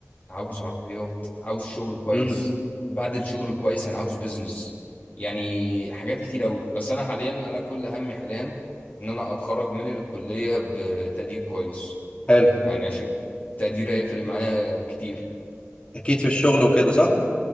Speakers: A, on the left (about 40°); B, on the left (about 25°).
A: عاوز عربيات عاوز شغل كويس
B: امم
A: بعد الشغل الكويس انا عاوز بيزنس يعني حاجات كتير قوي بس انا حاليا انا كل همي حاليا ان انا اتخرج من الكلية بتقدير كويس
B: حلو
A: يعني عشان التقدير هيفرق معايا كتير
B: اكيد في الشغل وكده صح